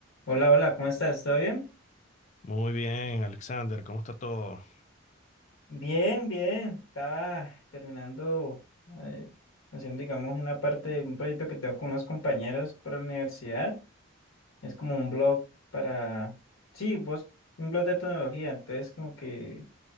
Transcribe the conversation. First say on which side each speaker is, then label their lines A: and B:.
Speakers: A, on the left; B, on the left.
A: Hola, hola, ¿cómo estás? ¿Todo bien?
B: Muy bien, Alexander, ¿cómo está todo?
A: Bien, bien. Estaba terminando, eh, haciendo, digamos, una parte de un proyecto que tengo con unos compañeros para la universidad. Es como un blog para, sí, vos, un blog de tecnología. Entonces, como que